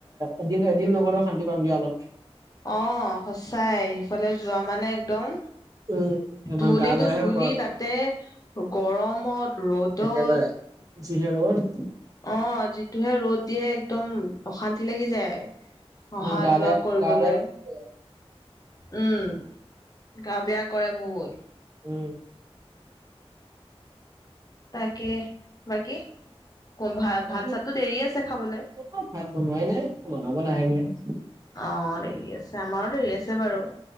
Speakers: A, on the right; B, on the left.
A: এদিন এদিন নগলেও শান্তি পাম দিয়া আলপ।
B: অ', সচাই সেইফালে যোৱা মানে একদম
A: উম আমাৰ
B: ধূলিটো-ধূলি
A: গা বেয়াহে হ'ব আৰু
B: তাতে গৰমত, ৰ'দত
A: একেবাৰে যিহে ৰ'দ
B: অ', যিটোহে ৰ'দ দিয়ে একদম অশান্তি লাগি যায়।
A: আমাৰ
B: অহা-যোৱা
A: গা বেয়া
B: কৰিবলৈ।
A: গা বেয়া কৰি দিব
B: উম, গা-বেয়া কৰে বহুত।
A: উম।
B: তাকে বাকী, ভা
A: বাকী
B: ভাত-চাতটো দেৰি আছে খাবলে?
A: অ' ভাত বনোৱাই নাই, বনাব লাহে-ধীৰে।
B: অ' দেৰি আছে, আমাৰো দেৰি আছে বাৰু।